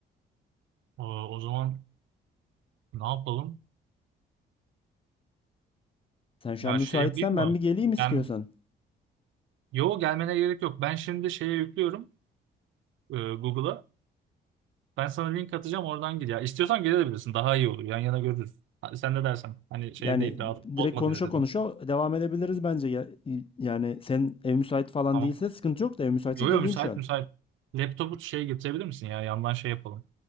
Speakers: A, on the right; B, on the left.
A: O, o zaman ne yapalım?
B: Sen şu
A: Ya
B: an müsaitsen
A: şey yapayım
B: ben
A: mı?
B: bir geleyim istiyorsan.
A: Ben yo gelmene gerek yok. Ben şimdi şeye yüklüyorum e, Google'a. Ben sana link atacağım oradan gir. Ya istiyorsan gelebilirsin. Daha iyi olur. Yan yana görürüz. Ha, sen de dersen. Hani şey
B: Yani
A: değil. Daha
B: direkt
A: bozma
B: konuşa
A: diye dedim.
B: konuşa devam edebiliriz bence. Ya- Yani sen ev müsait falan
A: Tamam.
B: değilse sıkıntı yok da ev müsaitse
A: Yo
B: geleyim
A: yo müsait
B: şu an.
A: müsait. Laptopu şey getirebilir misin ya? Yandan şey yapalım.